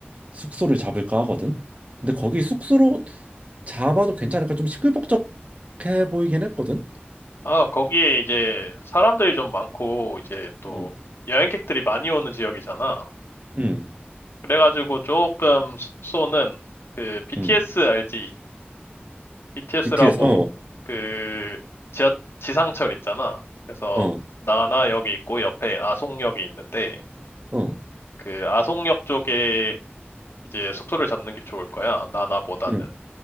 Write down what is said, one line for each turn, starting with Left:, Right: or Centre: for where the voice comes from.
Right: 숙소를 잡을까 하거든? 근데 거기 숙소로 잡아도 괜찮을까? 좀 시끌벅적해 보이긴 했거든?
Left: 아, 거기에 이제 사람들이 좀 많고 이제 또
Right: 응,
Left: 여행객들이 많이 오는 지역이잖아.
Right: 응,
Left: 그래가지고 조금 숙소는 그 BTS
Right: 응.
Left: 알지? BTS라고
Right: BTS, 어,
Left: 그 지하, 지상철 있잖아. 그래서
Right: 어,
Left: 나나역이 있고 옆에 아송역이 있는데
Right: 어.
Left: 그 아송역 쪽에 이제 숙소를 잡는 게 좋을 거야. 나나보다는.
Right: 응.